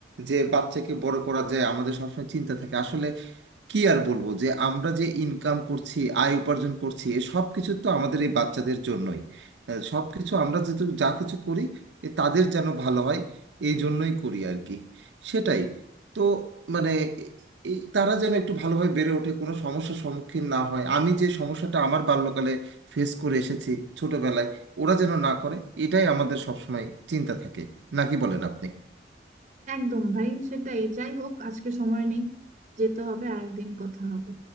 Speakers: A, on the right (about 80°); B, on the right (about 40°).
A: যে বাচ্চাকে বড় করা যায় আমাদের সবসময় চিন্তা থাকে আসলে কি আর বলবো যে আমরা যে ইনকাম করছি আয় উপার্জন করছি এ সব কিছু তো আমাদের এই বাচ্চাদের জন্যই আহ, সব কিছু আমরা যেহেতু যা কিছু করি এ তাদের যেন ভালো হয় এই জন্যই করি আর কি সেটাই তো মানে এ- এই তারা যেন একটু ভালোভাবে বেড়ে ওঠে কোনো সমস্যার সম্মুখীন না হয় আমি যে সমস্যাটা আমার বাল্যকালে ফেস করে এসেছি ছোটবেলায় ওরা যেন না করে এটাই আমাদের সবসময় চিন্তা থাকে নাকি বলেন আপনি
B: একদম ভাই সেটাই যাই হোক আজকে সময় নেই যেতে হবে আরেকদিন কথা হবে